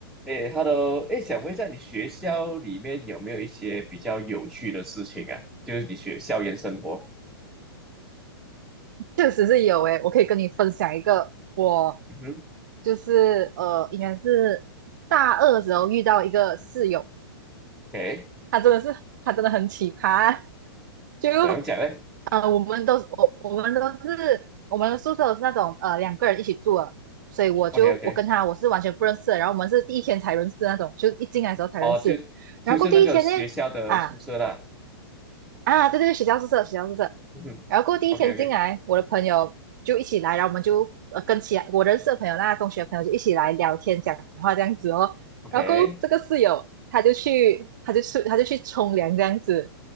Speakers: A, in the centre; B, on the right.
A: 哎，Hello，哎，想问一下，你学校里面有没有一些比较有趣的事情啊？就是你学校园生活，
B: 确实是有诶，我可以跟你分享一个，我
A: 嗯哼，
B: 就是呃，应该是大二的时候遇到一个室友，
A: 哎，
B: 他真的是他真的很奇葩，就
A: 怎样讲呢
B: 呃，我们都我我们都是我们的宿舍都是那种呃两个人一起住的，所以我就我跟他我是完全不认识的，
A: o k o k
B: 然后我们是第一天才认识的那种，就一进来的时候才认识，
A: 哦，就就是那个学校的宿舍啦，
B: 然后过第一天呢。啊，啊，对对对，学校宿舍，学校宿舍。
A: 嗯哼
B: 然后过后第一天进来，
A: o k o k
B: 我的朋友就一起来，然后我们就呃跟其他我认识的朋友，那中学的朋友就一起来聊天、讲话这样子哦。
A: o k
B: 然后过后这个室友他就去，他就去，他就去冲凉这样子。